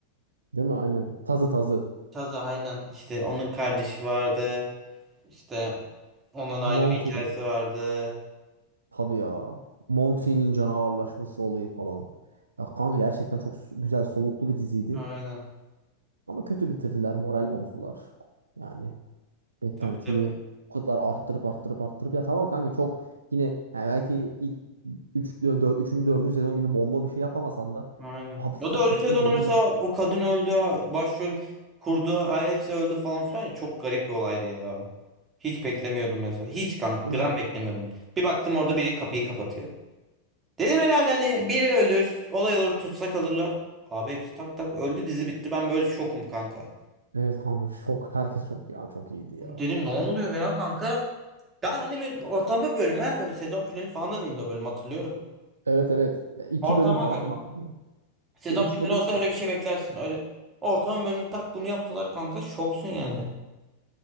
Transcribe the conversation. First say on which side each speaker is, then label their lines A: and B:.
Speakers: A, on the right; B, on the right.
A: Değil mi? Aynen. Tazı tazı.
B: Taza aynen. İşte onun kardeşi vardı. İşte ondan ayrı
A: Mountain.
B: bir hikayesi vardı.
A: Tabii ya. Monty'nin canavarlaşması olayı falan. Ya kanka gerçekten çok s- güzel soluklu bir diziydi.
B: Aynen.
A: Ama kötü bitirdiler, moral bozdular. Yani beklentiyi
B: Tabii tabii.
A: o kadar arttırıp arttırıp arttırıp ya tamam kanka çok yine yani belki ilk 3 4 3. 4. sezon gibi bomba bir şey yapamasan da
B: Aynen.
A: abi 8.
B: O da öldüyse de
A: sezon
B: ona mesela
A: gibi-
B: o kadın öldü, başrol kurdu, ha, hepsi öldü falan filan ya. Çok garip bir olaydı ya. Hiç beklemiyordum mesela. Hiç kank
A: değil
B: gram
A: mi?
B: beklemiyordum. Bir baktım orada biri kapıyı kapatıyor. Dedim herhalde hani biri ölür, olay olur, tutsak alırlar. Abi hepsi tak tak öldü, dizi bitti. Ben böyle şokum kanka.
A: Evet kanka şok herkes çok ya çok iyiydi ya.
B: Dedim ne oluyor ya kanka? Daha hani bir ortama bölüm ha böyle sezon finali falan da değil o bölüm hatırlıyorum.
A: Evet evet. Ya iki
B: Ortama
A: bölüm falan
B: bölüm.
A: var.
B: Sezon
A: Ya üç
B: finali
A: bölüm
B: olsa öyle bir şey beklersin. Öyle ortamı memnun tak bunu yaptılar kanka. Şoksun yani.